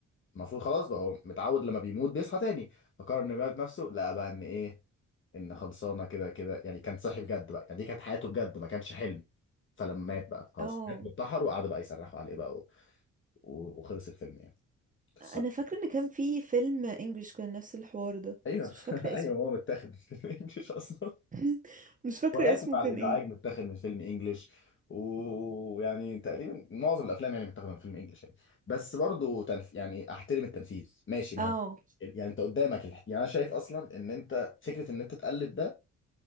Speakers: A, on the left; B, on the right.
A: المفروض خلاص بقى هو متعود لما بيموت بيصحى تاني فقرر انه يموت نفسه لقى بقى ان ايه ان خلصانه كده كده يعني كان صاحي بجد بقى يعني دي كانت حياته بجد ما كانش حلم فلما مات بقى خلاص
B: اه
A: مات وانتحر وقعدوا بقى يصرخوا عليه بقى و... و... وخلص الفيلم يعني قصه
B: انا فاكره ان كان في فيلم انجلش كان نفس الحوار ده
A: ايوه
B: بس مش فاكره
A: <laughs> ايوه
B: اسمه
A: هو متاخد من فيلم انجلش اصلا
B: <laughs> مش فاكره
A: واسف
B: اسمه
A: على
B: كان
A: الازعاج
B: ايه
A: متاخد من فيلم انجلش ويعني تقريبا معظم الافلام يعني متاخده من فيلم انجلش يعني بس برضه تنف... يعني احترم التنفيذ ماشي ما
B: اه
A: هو يعني انت قدامك الح... يعني انا شايف اصلا ان انت فكره ان انت تقلد ده